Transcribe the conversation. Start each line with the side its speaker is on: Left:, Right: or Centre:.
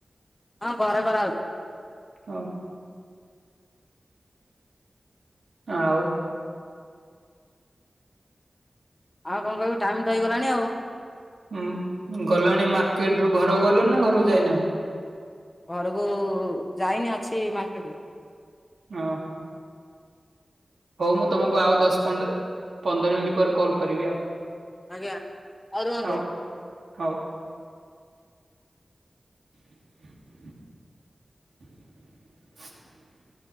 Left: ହଁ ଘରେ କରାହଉଚି।
Right: ଓହୋ। ଆଉ।
Left: ଆଉ କଣ କହିବି? ଟାଇମ୍ ତ ହେଇଗଲାଣି ଆଉ।
Right: ଉଁ ଗଲଣି ମାର୍କେଟ୍ ରୁ ଘରକୁ ଗଲ ନା, ଘରକୁ ଯାଇନା?
Left: ଘରକୁ, ଯାଇନି ଅଛି ମାର୍କେଟ୍ ରେ।
Right: ଓହୋ। ହଉ ମୁଁ ତୁମକୁ ଆଉ ଦଶ୍ ପନ୍ଦର୍, ପନ୍ଦର ମିନିଟ୍ ପରେ କଲ୍ କରିବି ଆଉ।
Left: ଆଜ୍ଞା ହଉ ରୁହନ୍ତୁ।
Right: ହଉ ହଉ। <inaudible>